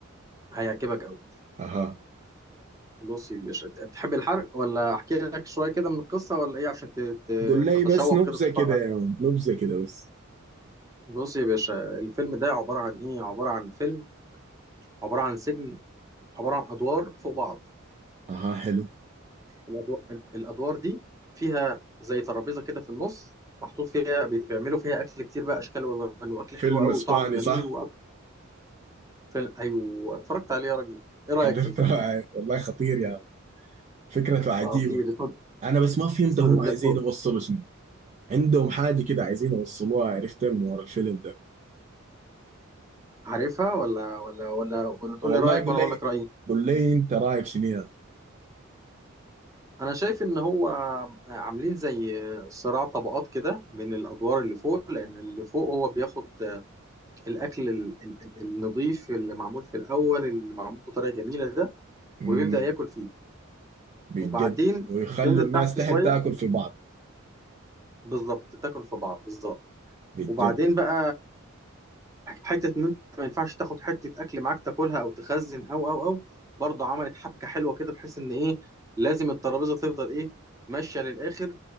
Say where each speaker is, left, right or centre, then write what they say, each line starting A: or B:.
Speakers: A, on the right; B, on the right.
A: هيعجبك قوي
B: اها
A: بص يا باشا تحب الحرق ولا احكي لك شويه كده من القصه ولا ايه عشان ت- ت-
B: قول لي
A: تتشوق
B: بس نبذه
A: كده تتفرج
B: كده
A: عليه
B: يا مان نبذه كده بس
A: بص يا باشا الفيلم ده عباره عن ايه عباره عن فيلم عباره عن سجن عباره عن ادوار فوق بعض
B: اها حلو
A: الادوار, الأدوار دي فيها زي ترابيزه كده في النص محطوط فيها بي- بيعملوا فيها اكل كتير بقى اشكال والوان واكل
B: فيلم
A: حلو قوي
B: اسباني
A: وطعمه جميل
B: صح
A: فيلم ايوه اتفرجت عليه يا راجل ايه رايك
B: حضرته
A: في الفيلم
B: <laughs>
A: ده
B: والله خطير يا مان فكرته
A: خطير
B: عجيبه
A: اسمه
B: انا بس ما فهمت
A: اسمه
B: هم
A: ذا بلاد
B: عايزين
A: بوب
B: يوصلوا شنو عندهم حاجة كده عايزين يوصلوها عرفتها من ورا الفيلم ده
A: عارفها ولا ولا ولا ولا تقول
B: والله
A: لي رايك
B: يقول
A: وانا
B: لي
A: اقول لك رايي
B: قول لي انت رايك شنو يا
A: انا شايف ان هو عاملين زي صراع طبقات كده من الادوار اللي فوق لان اللي فوق هو بياخد الاكل ال- ال- ال- النظيف اللي معمول في الاول اللي معمول بطريقه جميله ده
B: امم
A: وبيبدا ياكل فيه
B: بجد
A: وبعدين
B: ويخلوا
A: تنزل
B: الناس
A: تحت
B: تحت
A: شويه
B: تاكل في بعض
A: بالظبط تاكل في بعض بالظبط
B: بجد
A: وبعدين بقى حته ان انت ما ينفعش تاخد حته اكل معاك تاكلها او تخزن او او او برضه عملت حبكه حلوه كده بحيث ان ايه لازم الترابيزه تفضل ايه ماشيه للاخر